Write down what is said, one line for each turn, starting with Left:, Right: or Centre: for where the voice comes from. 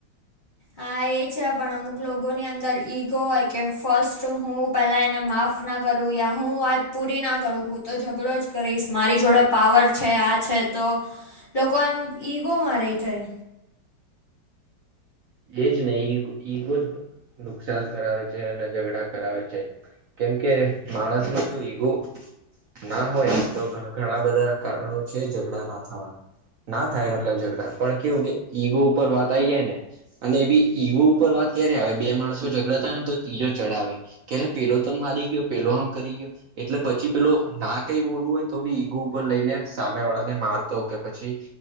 Left: હા એ છે પણ અમુક લોકોની અંદર ઈગો હોય કે ફર્સ્ટ હું પેલા એને માફ ના કરું યા હું વાત પૂરી ન કરું હું તો ઝઘડો જ કરીશ મારી જોડે પાવર છે આ છે તો લોકો એમ ઈગોમાં રઈ જાય
Right: એજ ને ઈ ઈગો જ નુકસાન કરાવે છે અને ઝઘડા કરાવે છે કેમકે માણસ ને જો ઈગો ના હોય ને તો ઘણા ઘણા બધા કારણો છે ઝઘડા ના થવાના ના થાય મતલબ ઝઘડા પણ કેવું કે ઈગો ઉપર વાત આવી જાય ને અને એ બી ઈવો ઉપર વાત ક્યારે આવે બે માણસો ઝગડાતા હોય ને તો ત્રીજો ચઢાવે કે પેલો તને મારી ગયો પેલો આમ કરી ગયો એટલે પછી પેલો ના કઈ બોલવું હોય તો બી ઈગો ઉપર લઈને સામે વાળા ને મારતો કે પછી